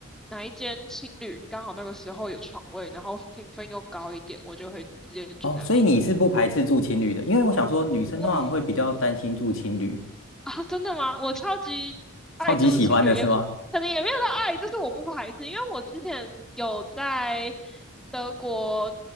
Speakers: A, in the centre; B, on the left.
A: 哪一间青旅刚好那个时候有床位，然后评分又高一点，我就会直接住那边。
B: 哦，所以你是不排斥住情旅的，因为我想说女生通常会比较担心住情旅，
A: 哇。啊，真的吗？我超级爱住情旅，
B: 超级喜欢的是吗？
A: 也可能也没有到爱，就是我不排斥，因为我之前有在德国